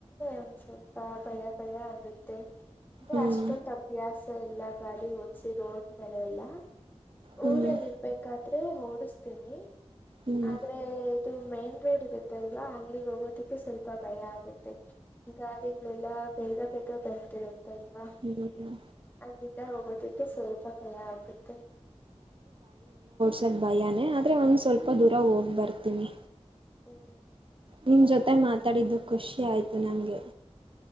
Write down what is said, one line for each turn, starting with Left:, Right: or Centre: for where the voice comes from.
Left: ಒಂದ್ ಸ್ವಲ್ಪ ಭಯ ಭಯ ಅ ರುತ್ತೆ. ಅಂದ್ರೆ
Right: ಹ್ಮ್
Left: ಅಷ್ಟೊಂದ್ ಅಭ್ಯಾಸ ಇಲ್ಲ ಗಾಡಿ ಓಡಿಸಿ ರೋಡ್ ಮೇಲೆ ಎಲ್ಲ
Right: ಹ್ಮ್
Left: ಊರಲ್ಲಿ ಇರ್ಬೇಕಾದ್ರೆ ಓಡಸ್ತೀನಿ
Right: ಹ್ಮ್
Left: ಆದ್ರೆ ಇದು ಮೇನ್ ರೊಡಿರು ತ್ತಲ್ವಾ ಅಲ್ಲಿಗೆ ಹೋಗೋದಕ್ಕೆ ಸ್ವಲ್ಪ ಭಯ ಆಗುತ್ತೆ ಗಾಡಿಗಳೆಲ್ಲ ಬೇಗ ಬ ಗ ಬರ್ತಿರುತ್ತಲ್ವಾ
Right: ಹ್ಮ್
Left: ಅಲ್ಲಿಂದ ಹೋಗೋದಕ್ಕೆ ಸ್ವಲ್ಪ ಭಯ ಆಗುತ್ತೆ.
Right: ನನಗೆ ಭಯಾನೇ ಆದ್ರೆ ಒಂದ್ ಸ್ವಲ್ಪ ದೂರ ಹೋಗ್ ಬರ್ತೀನಿ.
Left: ಹ್ಮ
Right: ನಿಮ್ ಜೊತೆ ಮಾತಾಡಿದ್ದು ಖುಷಿ ಆಯ್ತು ನಮಗೆ.